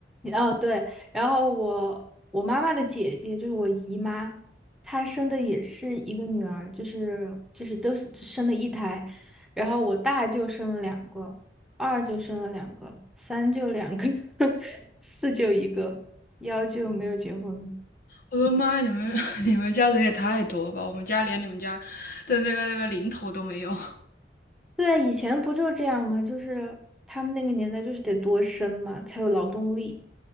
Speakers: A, in the centre; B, on the left.
A: 哦，对，然后我我妈妈的姐姐就是我姨妈，她生的也是一个女儿，就是就是都是只生了一胎，然后我大舅生了两个，二舅生了两个，三舅两个，<laughs> 四舅一个，幺舅没有结婚。
B: 我的妈你们 <laughs> 你们家人也太多吧？我们家连你们家的那个那个零头都没有。
A: 对，啊，以前不就这样吗？就是他们那个年代就是得多生嘛，才有劳动力。